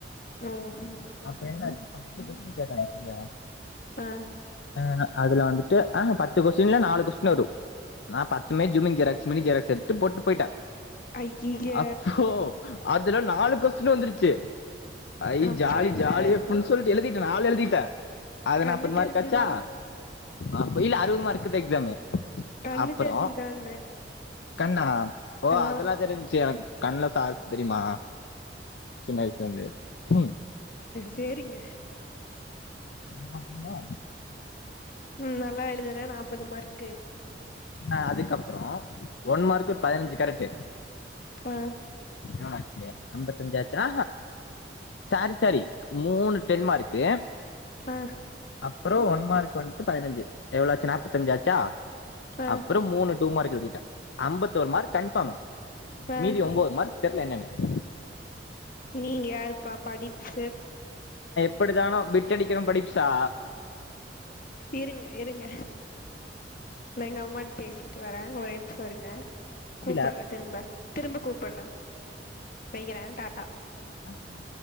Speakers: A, on the left; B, on the left.
A: ஓஹோ
B: அப்ப என்ன பத்து கொஸ்டின் கேட்டாங்க சரியா
A: ஆ
B: அ அதுல வந்துட்டு அ பத்து கொஸ்டின் இல்ல நாலு கொஸ்டின் வரும் நான் பத்துமே ஜூம்மிங் ஜெராகஸ் மினி ஜெராக்ஸ் எடுத் போட்டு போயிட்டேன்
A: ஐய்ஐய்ய
B: அப்போ அதுல நாலு கொஸ்டின் வந்துருச்சு ஐ
A: அப்புற
B: ஜாலி
A: என்ன
B: ஜாலி அப்பிடின்னு சொல்லிட்டு எழுதிட்டேன் நாலும் எழுதிட் ட்ட அது
A: கண்ணு
B: நாப்பது மார்க்
A: தெரிஞ்சுதா
B: ஆச்சா அப்ப இல்ல அறுவது மார்க் ஃப்ஸ்ட் எக்ஸாம்
A: கண்ணு
B: அப்புறம்
A: தெரிஞ்சுதான்னே
B: கண்ணா ஓ
A: ஆ
B: அதெல்லாம் தெரிஞச்சு கண்ண சார் தெரியுமா சின்ன வயசுல இருந்தே ஃபோன்
A: செரிங்க
B: மக் மா
A: ம் நல்லா எழுதுனே நாப்பது மார்க்கு
B: ஆ அதுக்கப்புறம் ஒன் மார்க் ஒரு பதினஞ்சு கரெக்ட்
A: ஆ
B: எவ்ளோ ஆச்சு அம்பத்தஞ்சு ஆச்சா சாரி சாரி மூணு டென்மார்க்
A: ஆ
B: அப்புறம் ஒன் மார்க் ஒன் பதினஞ்சு எவ்ளோச்சு நாப்பத்தஞ்சு ஆச்சா
A: ஆ
B: அப்புறம் மூணு டூ மார்க் எழுதிட்டே அம்பத்தோர் மார்க் கன்ஃபார்ம்
A: ஆ
B: மீதி ஒம்போது மார்க் தேங்க் யூ
A: நீங்க யாருப்பா படிப்ஸ்சர்
B: அப்டித்தானோ பிட் அடிக்கிரவ படிச்சா
A: இருங்க இருங்க நா எங்கம்மாட் பேசிட்டு வரே ஒரேம்ஸோ இருங்க
B: புரில
A: கூப்பர்றே திரும்ப திரும்ப கூப்பர்ர வெக்கிறே டாட்டா
B: அப்டியா